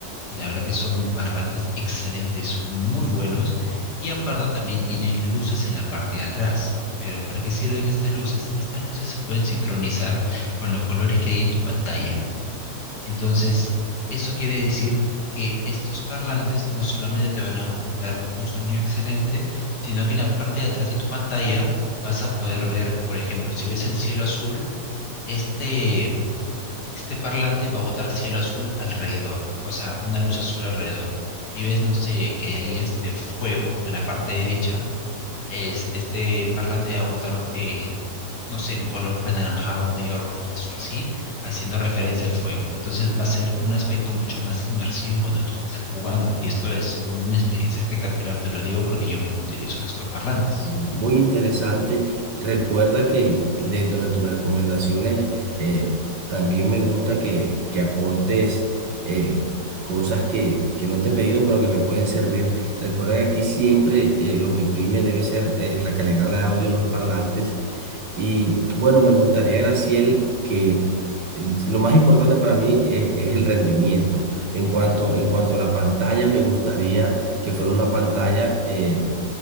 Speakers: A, on the left; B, on the right.
A: y la verdad que son parlantes excelentes, muy buenos, y aparte también tienen luces en la parte de atrás. Pero ¿para qué sirven estas luces? Estas luces se pueden sincronizar con los colores que hay en tu pantalla. Entonces, eso quiere decir que estos parlantes no solamente te van a dar un sonido excelente, sino que en la parte de atrás de tu pantalla vas a poder ver, por ejemplo, si ves el cielo azul, este este parlante va a botar cielo azul alrededor, o sea, una luz azul alrededor. Si ves, no sé, que hay este fuego en la parte derecha, es, este parlante va a botar, eh, no sé, un color anaranjado, medio rojizo, así, haciendo referencia al fuego. Entonces va a ser un aspecto mucho más inmersivo cuando tú estés jugando. Y esto es una experiencia espectacular, te lo digo porque yo mismo utilizo estos parlantes.
B: Muy interesante. Recuerda que dentro de tus recomendaciones eh, también me gusta que, que aportes eh, cosas que, que no te he pedido pero que me pueden servir. Recuerda que aquí siempre eh, lo que prime debe ser eh, la calidad de audio en los parlantes. Y bueno, me gustaría, Graciel, que eh, lo más importante para mí es, es el rendimiento. En cuanto, en cuanto a la pantalla, me gustaría que fuera una pantalla. eh,